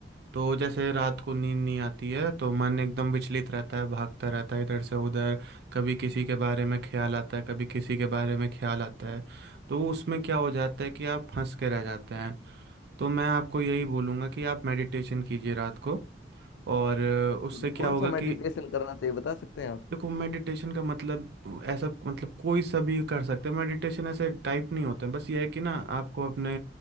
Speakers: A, on the right; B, on the left.
A: तो जैसे रात को नींद नहीं आती है तो मन एकदम विचलित रहता है भागता रहता है इधर से उधर कभी किसी के बारे में ख्याल आता है कभी किसी के बारे में ख्याल आता है तो उसमें क्या हो जाता है कि आप फंस के रह जाते हैं तो मैं आपको यही बोलूँगा कि आप मेडिटेशन कीजिए रात को और अ, उससे
B: बिल्कुल
A: क्या
B: कौन
A: होगा
B: सा मेडिटेशन
A: कि
B: करना चाहिए बता सकते हैं आप
A: देखो मेडिटेशन का मतलब ऐसा मतलब कोई सा भी कर सकते हैं मेडिटेशन ऐसे टाइप नहीं होते हैं बस ये है कि ना आपको अपने